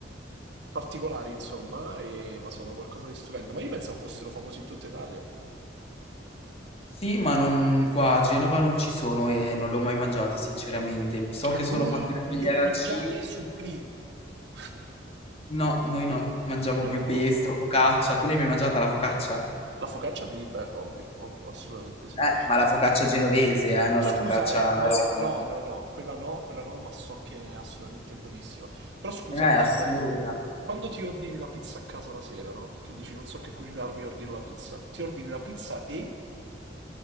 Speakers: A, on the right; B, on the left.
A: Particolari, insomma, e- ma sono qualcosa di stupendo. Ma io pensavo fossero famosi in tutta Italia.
B: Sì, ma non qua a Genova non ci sono e non li ho mai mangiati, sinceramente. So che
A: E
B: sono
A: voi
B: fatti come gli
A: non
B: arancini.
A: mangiate supplì? <laughs>
B: No, noi no, mangiamo
A: No.
B: più pesto, focaccia. Tu l'hai mai mangiata la focaccia?
A: La focaccia di, beh, ovvio, ovvio, assolutamente sì.
B: Eh, ma la focaccia genovese, eh, non
A: Scusa,
B: la focaccia
A: eh, ma
B: rom.
A: no, no, no, quella no, quella no, ma so che è assolutamente buonissima. Però scusa,
B: Eh,
A: ti
B: assurda.
A: chiedo, quando ti ordini la pizza a casa la sera, no? Che dici non so che cucinarmi, ordino la pizza. Ti ordini la pizza e